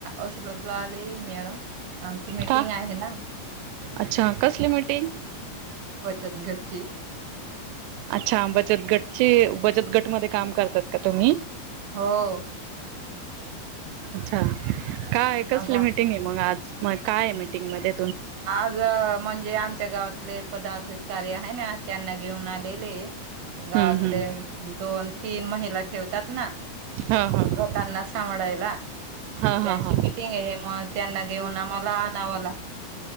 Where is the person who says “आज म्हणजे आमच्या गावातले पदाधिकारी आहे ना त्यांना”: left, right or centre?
Right